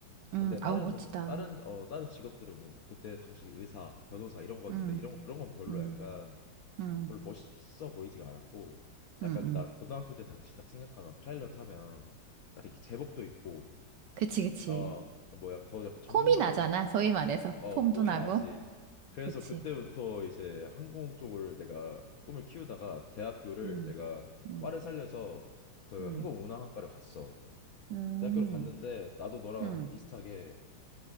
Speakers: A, on the right; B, on the left.
A: 음,
B: 근데 다른
A: 아우, 멋지다.
B: 점 다른 어 다른 직업들은 뭐 그때 당시 의사, 변호사 이런 거였는데
A: 음,
B: 이런 거 그런 건 별로
A: 음,
B: 약간
A: 음,
B: 별로 멋있어 보이지가 않았고
A: 음,
B: 약간
A: 음.
B: 나 고등학교 때 당시 딱 생각하면 파일럿 하면 딱 이렇게 제복도 입고
A: 그치, 그치.
B: 어 뭐야 더 약간 전문적으로
A: 폼이 나잖아,
B: 보이
A: 소위 말해서.
B: 어, 어
A: 폼도
B: 폼이
A: 나고.
B: 나지 그래서
A: 그치.
B: 그때부터 이제 항공 쪽을 내가 꿈을 키우다가 대학교를
A: 음,
B: 내가
A: 음,
B: 과를 살려서 그
A: 음,
B: 항공운항학과를 갔어
A: 음,
B: 대학교를 갔는데 나도 너랑
A: 음.
B: 비슷하게